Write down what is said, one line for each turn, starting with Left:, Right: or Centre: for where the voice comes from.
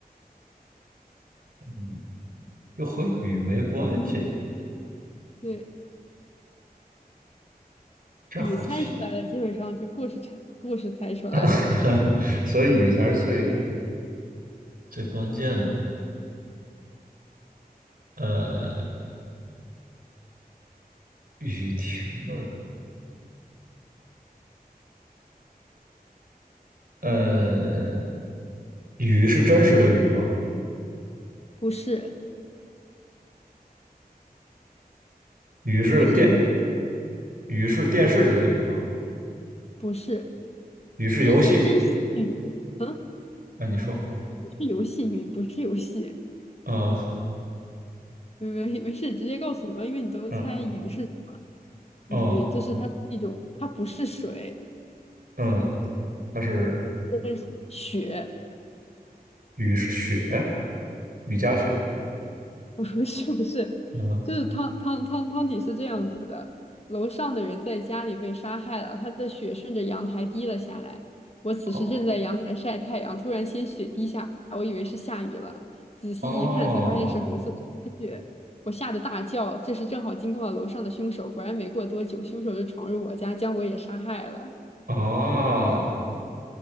Right: 嗯又和雨没关系，
Left: 对，
Right: 这好奇，
Left: 雨猜出来了，基本上就故事猜故事猜出来了，
Right: <laughs> 所以雨才是最最关键的。呃，雨停了，呃，雨是真实的雨吗？
Left: 不是，
Right: 雨是电，
Left: 因为是一种
Right: 雨是电视里的雨吗？
Left: 不是，
Right: 雨是游戏？
Left: 就是它真是雨，嗯，
Right: 那你说，
Left: 是游戏雨，不是游戏，
Right: 嗯
Left: 没没没事，直接告诉你吧，因为你都猜雨是什么，
Right: 嗯
Left: 雨就是它是一种，
Right: 嗯
Left: 它不是水。
Right: 嗯，它是
Left: 对雪，
Right: 雨是雪，雨夹雪，
Left: <laughs> 不是不是，
Right: 嗯，
Left: 就是汤汤汤汤底是这样子的：楼上的人在家里被杀害了，他的血顺着阳台滴了下来。我此时正在阳台晒太阳，
Right: 哦
Left: 突然鲜血滴下，我以为是下雨了，仔细一看才发现是红色的鲜血，
Right: 哦
Left: 我吓得大叫。这时正好惊动了楼上的凶手，果然没过多久，凶手就闯入我家，将我也杀害了。
Right: 啊。